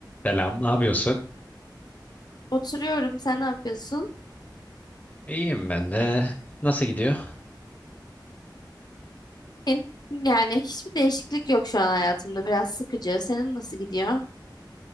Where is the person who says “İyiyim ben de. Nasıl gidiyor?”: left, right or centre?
Left